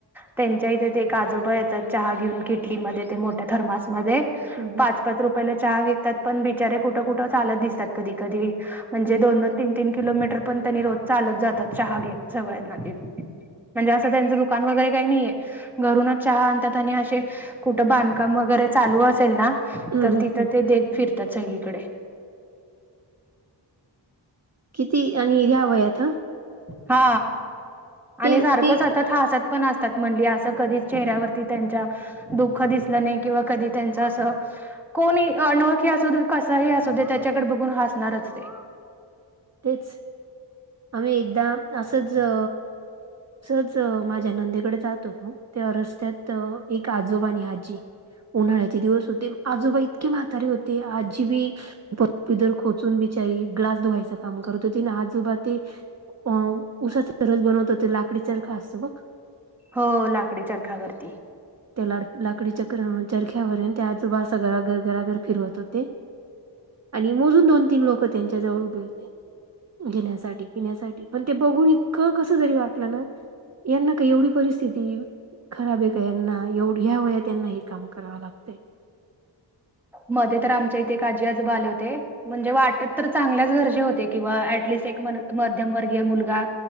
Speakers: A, in the centre; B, on the right.
A: त्यांच्या इथे ते एक आजोबा येतात चहा घेऊन किटलीमध्ये ते मोठ्या थर्मासमध्ये
B: हं, हं,
A: पाच पाच रुपये पहिले चहा विकतात पण बिचारे कुठं कुठं चालत दिसतात कधी कधी म्हणजे
B: हं.
A: दोन दोन तीन तीन किलोमीटर पण त्यांनी रोज चालत जातात चहा घेत सगळ्यांना म्हणजे असं त्यांचं दुकान वगैरे काही नाहीे आहे घरूनच चहा आणतात आणि असे कुठं बांधकाम वगैरे चालू असेल ना.
B: हं,
A: तर
B: हं,
A: तिथं
B: हं.
A: ते देत फिरतात सगळीकडे
B: किती आणि ह्या वयात ह
A: हा आणि
B: ते
A: सारखं
B: ते
A: सतत ह असत. पण असतात म्हण असं कधीच चेहऱ्यावरती त्यांच्या दुःख दिसलं नाही किंवा कधी त्यांच असं. कोणी अनोळखी असुदे कसाही असुदे त्याच्याकडे बघून हसणारच ते
B: तेच आम्ही एकदा असंच ह असच माझ्या नंदेकडे जात होत तेव्हा रस्त्यात एक आजोबा आणि आजी उन्हाळ्याचे दिवस होते आजोबा इतके म्हातारीे होते आजीबी पर पदर खोचून बिचारी ग्लास धुवायचं काम करतो अन आजोबा ते अ उसाच रस बनवत होते लाकडी चरखा असतो बघ
A: हो लाकडी चरखावरती
B: ते ला लाकडी चक्र चरख्यावर आणि ते आजोबा असं घराघर घराघर फिरवत होते. आणि मोजून दोन तीन लोक त्यांच्या जवळ उभे होते घेण्यासाठी ते पिण्यासाठी पण ते बघून इतकं कस जरी वाटलं ना यांना का एवढी परिस्थिती आहे होय खराब आहे का ह्यांना एवढ ह्या वयात यांना हे काम करावं लागतं.
A: मध्ये तर आमच्या इथे एक आजी आजोबा आले होते. म्हणजे वाटत तर चांगल्याच घरचे होते किंवा ऍटलिस्ट एक मध्यमवर्गीय मुलगा